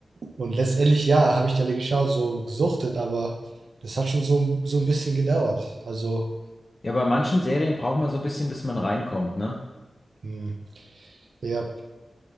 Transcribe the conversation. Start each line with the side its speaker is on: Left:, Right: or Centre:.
Right: Und letztendlich, ja, habe ich die alle geschaut, so gesuchtet, aber das hat schon so, ein- so ein bisschen gedauert. Also,
Left: Ja, bei manchen Serien braucht man so ein bisschen, bis man reinkommt, ne?
Right: hm, ja,